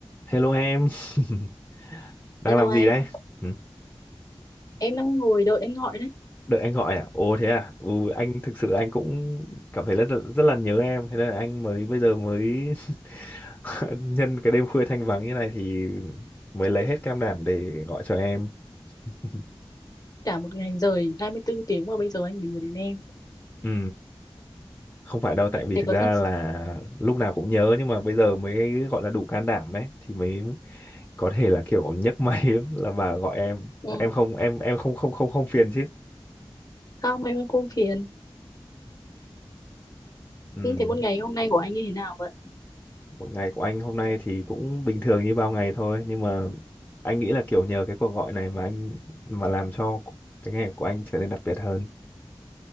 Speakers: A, on the left (about 20°); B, on the left (about 40°).
A: Hello em, <laughs> đang
B: Hello
A: làm gì
B: anh,
A: đấy? Ừ,
B: em đang ngồi đợi anh gọi đấy.
A: Đợi anh gọi à? Ồ thế à? Ừ, anh thực sự anh cũng cảm thấy là rất rất là nhớ em, thế nên là anh mới bây giờ mới <laughs> nhân cái đêm khuya thanh vắng như này thì mới lấy hết can đảm để gọi cho em. <laughs>
B: Cả một ngày rồi, 24 tiếng mà bây giờ anh mới nhớ đến em.
A: Ừ, không phải đâu, tại vì
B: Thế
A: thực
B: có
A: ra
B: thật...
A: là lúc nào cũng nhớ nhưng mà bây giờ mới gọi là đủ can đảm đấy, thì mới có thể là kiểu nhấc máy <laughs> là mà gọi em.
B: Ừ.
A: Em không em em không không không không phiền chứ?
B: Không, em em không phiền.
A: Ừ.
B: Ừ. Thế một ngày hôm nay của anh như thế nào vậy?
A: Một ngày của anh hôm nay thì cũng bình thường như bao ngày thôi nhưng mà anh nghĩ là kiểu nhờ cái cuộc gọi này mà anh mà làm cho cái ngày của anh trở nên đặc biệt hơn.